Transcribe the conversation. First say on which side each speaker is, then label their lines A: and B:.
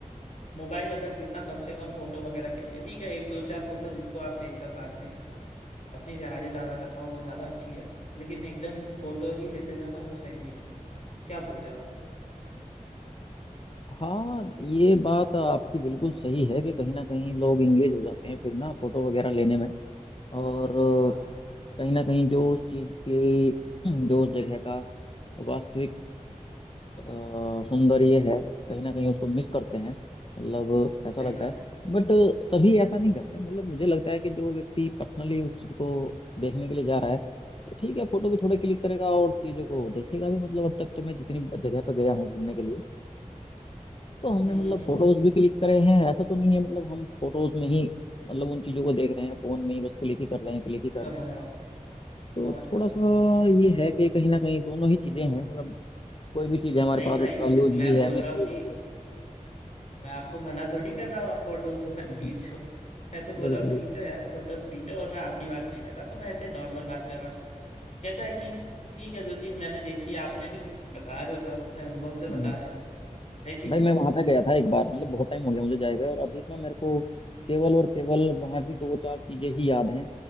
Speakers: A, on the left; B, on the left.
A: मोबाइल अगर जितना कम से कम फोटो वगैरह के लिए ठीक है एक दो चार फोटो जिसको आप देख कर बाद में अपनी यादें ताज़ा कर पाओ वो ज़्यादा अच्छी है लेकिन एकदम फोटो ही लेते जाना वो सही नहीं है क्या बोलते हो आप
B: हाँ ये बात आपकी बिल्कुल सही है कि कहीं ना कहीं लोग इंगेज हो जाते हैं फिर ना फोटो वगैरह लेने में और
A: हाँ
B: कहीं ना कहीं जो उस चीज़ की जो उस जगह का वास्तविक अ, सुंदर ये है कहीं ना कहीं उसको मिस करते हैं मतलब ऐसा
A: सही
B: लगता
A: बात
B: है
A: है
B: बट सभी ऐसा नहीं करते मतलब मुझे लगता है कि जो व्यक्ति पर्सनली उस चीज को देखने के लिए जा रहा है तो ठीक है फोटो भी थोड़े क्लिक करेगा और चीजों को देखेगा भी मतलब अब तक तो मैं जितनी जगह पर गया हूँ घूमने के लिए तो हमने
A: हम्म
B: मतलब
A: हम्म हम्म,
B: फोटोज भी क्लिक करे हैं ऐसा तो नहीं है मतलब हम फोटोज में ही मतलब उन चीजों को देख रहे हैं फोन में ही बस क्लिक ही कर रहे हैं क्लिक ही कर
A: समझ
B: रहे हैं
A: रहा हूँ
B: तो
A: समझ सकता
B: थोड़ा सा
A: हूँ हाँ हाँ हाँ
B: ये है कि कहीं ना कहीं दोनों ही चीजें हैं मतलब कोई भी चीज है हमारे
A: नहीं
B: पास
A: भाई
B: उसका यूज
A: मैं
B: भी
A: बोल
B: है मिस
A: रहा हूँ
B: यूज
A: कि
B: भी है
A: मैं आपको मना थोड़ी कर रहा हूँ आप फोटोज मत
B: हम्म,
A: खींचो मैं तो बोल
B: बिल्कुल
A: रहा हूँ खींचो
B: बिल्कुल
A: यार फोटोज खींचो और मैं आपकी बात नहीं कर रहा तो मैं ऐसे नॉर्मल बात कर रहा था कैसा है कि ठीक है जो चीज मैंने देखी आपने भी कुछ बता रहे हो तो आप अपने अनुभव से
B: हम्म।
A: बता रहे हो है कि
B: भाई
A: नहीं
B: मैं वहां पे गया था एक बार मतलब बहुत टाइम हो गया मुझे जाए हुए और अभी ना मेरे को केवल और केवल वहां की दो चार चीजें ही याद हैं